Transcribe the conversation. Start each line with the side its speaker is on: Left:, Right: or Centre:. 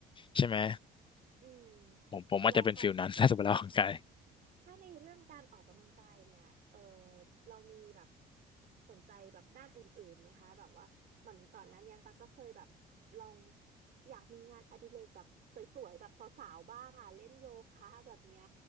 Left: ใช่ไหม
Right: อืม
Left: ผมผมอาจจะเป็นฟิลนั้น
Right: เราแล้วแบบ
Left: <laughs> ถ้าสมมติเราออกกำลังกาย
Right: ถ้าในเรื่องการออกกำลังกายเนี่ยเออเรามีแบบสนใจแบบด้านอื่นๆไหมคะแบบว่าเหมือนตอนนั้นเนี่ยตั๊กก็เคยแบบลองอยากมีงานอดิเรกแบบสวยๆแบบสาวๆบ้างอ่ะเล่นโยคะแบบเนี้ย